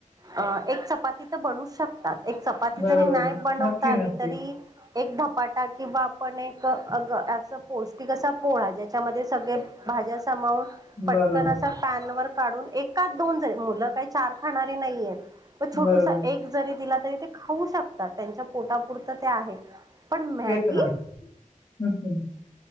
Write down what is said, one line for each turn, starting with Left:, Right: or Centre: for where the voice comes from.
Right: अ एक चपाती तर बनवू शकत एक चपाती
Left: बरोबर
Right: जरी नाही बनवता
Left: नक्की
Right: आली
Left: नक्कीच
Right: तरी एक धपाटा किंवा आपण एक अग या पौष्टिक असा पोळा ज्याच्यामध्ये सगळे भाज्या सामावून पटकन
Left: बरोबर
Right: असं पॅनवर काढून एकाद दोन जाईल मुलं काही चार खाणारी नाहीयेत. पण छोटूसा
Left: बरोबर
Right: एक जरी दिला तरी ते खाऊ शकतात त्यांच्या पोटापुरत ते आहे. पण मॅगी
Left: तेच ना हम्म, हम्म